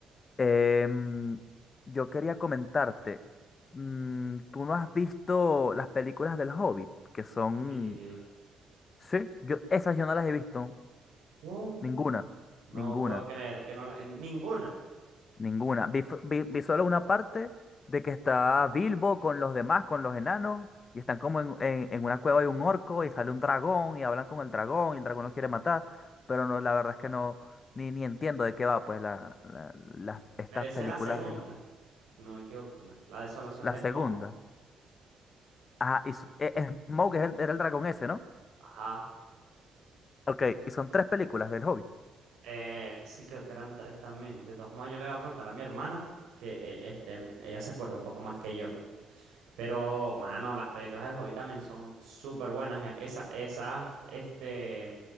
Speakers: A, on the left; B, on the right.
A: Em, yo quería comentarte, mm, ¿tú no has visto las películas del Hobbit? Que son,
B: Sí.
A: sí, yo, esas yo no las he visto,
B: ¿Cómo?
A: ninguna,
B: No
A: ninguna.
B: puedo creer que no la- en ninguna.
A: Ninguna. Vi, fu- vi- vi solo una parte de que está Bilbo con los demás, con los enanos, y están como en, en- en una cueva de un orco y sale un dragón y hablan con el dragón y el dragón los quiere matar, pero no, la verdad es que no, ni, ni entiendo de qué va, pues, la, la- las- estas
B: Pero esa
A: películas
B: es la segunda,
A: de los...
B: si no me equivoco, la, la desolación de
A: La
B: Smaug.
A: segunda. Ajá, y s- e- e- Smaug es el- era el dragón ese, ¿no?
B: Ajá.
A: Ok, y son tres películas del Hobbit.
B: Eh, sí, creo que eran tres también. De todos modos, yo le voy a preguntar a mi hermana, que eh, este, ella se acuerda un poco más que yo. Pero, mano, las películas del Hobbit también son súper buenas. Eh, Esa, esas, este,